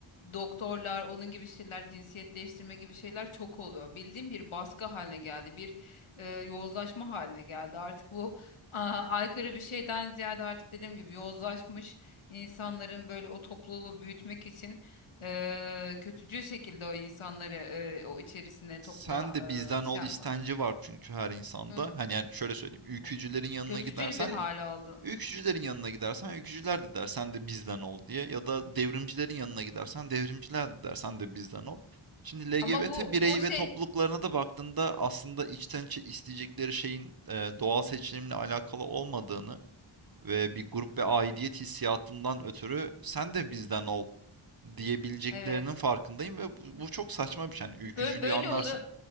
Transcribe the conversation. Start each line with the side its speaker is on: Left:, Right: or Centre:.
Left: doktorlar onun gibi şeyler cinsiyet değiştirme gibi şeyler çok oluyor bildiğim bir baskı haline geldi bir eee, yozlaşma haline geldi artık bu aa, aykırı bir şeyden ziyade artık dediğim gibi yozlaşmış insanların böyle o topluluğu büyütmek için e, kötücül şekilde o insanları e, o içerisine topluma
Right: Sen de bizden
Left: e, şey
Right: ol
Left: yapma.
Right: istenci var çünkü her insanda.
Left: Hı,
Right: Hani yani şöyle söyleyeyim. Ülkücülerin
Left: bu
Right: yanına
Left: kötücül
Right: gidersen
Left: bir hal aldı.
Right: Öykücülerin yanına gidersen öykücüler de der sen de bizden ol diye ya da devrimcilerin yanına gidersen devrimciler de der sen de bizden ol. Şimdi LGBT
Left: Ama bu
Right: birey
Left: bu şey
Right: ve topluluklarına da baktığında aslında içten içe isteyecekleri şeyin e, doğal seçilimle alakalı olmadığını ve bir grup ve aidiyet hissiyatından ötürü sen de bizden ol diyebileceklerinin
Left: evet
Right: farkındayım ve bu, bu çok saçma bir şey. Yani ülkücülüğü
Left: böyle, böyle
Right: anlarsın,
Left: oluyor.